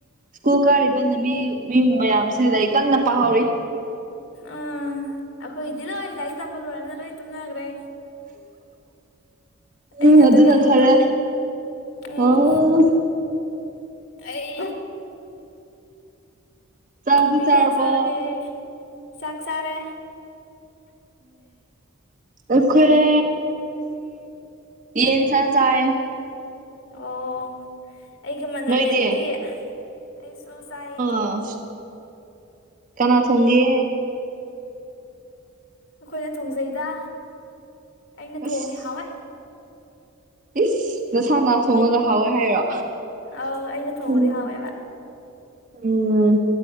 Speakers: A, on the right (about 40°); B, on the left (about 60°).
A: ꯁ꯭ꯀꯨꯜ ꯀꯥꯔꯤꯕꯅ ꯃꯤ ꯃꯤ ꯃꯌꯥꯝꯁꯤꯗ ꯀꯟꯅ ꯄꯥꯍꯧꯔꯤ
B: ꯎꯝ ꯑꯩꯈꯣꯏꯗꯤ ꯂꯣꯏ ꯂꯥꯏꯔꯤꯛ ꯇꯝꯕ ꯂꯣꯏꯔꯕꯅꯤꯅ ꯂꯣꯏ ꯇꯨꯝꯅꯈ꯭ꯔꯦ ꯑꯩ
A: ꯎꯝ
B: ꯈꯠꯇꯉ
A: ꯑꯗꯨꯅ
B: ꯍꯎꯗꯣꯣꯔꯦ
A: ꯐꯔꯦ
B: ꯎꯝ
A: ꯑꯣ
B: ꯑꯩ
A: ꯆꯥꯛꯇꯤ
B: ꯀꯩꯖꯥꯡ
A: ꯆꯥꯔꯕꯣ
B: ꯁꯔꯒꯦ ꯆꯈ ꯁꯔꯦ
A: ꯎꯈꯔꯦ ꯌꯦꯟ ꯆ ꯆꯥꯏ
B: ꯑꯣ ꯑꯩꯒ ꯃꯥꯟꯅꯔꯦ
A: ꯅꯣꯏꯗꯤ
B: ꯑꯗꯨꯗꯤ ꯑꯩꯁꯨ ꯆꯥꯏꯌꯦ
A: ꯑ ꯀꯅꯥ ꯊ ꯍꯣꯡꯒꯦ
B: ꯑꯩꯈꯣꯏꯅ ꯊꯣꯡꯖꯩꯗ ꯑꯩꯅ
A: ꯑꯁ
B: ꯊꯣꯡꯉꯦ ꯍꯥꯎꯋꯏ
A: ꯏꯁ ꯅꯁꯥꯅꯥ ꯊꯣꯡꯉꯒ ꯍꯥꯎꯋꯦ ꯍꯥꯏꯔꯣ
B: ꯑꯥꯎ ꯑꯩꯅ ꯊꯣꯡꯕꯗꯤ
A: ꯎꯝ
B: ꯍꯥꯎꯋꯦꯕ
A: ꯎꯝ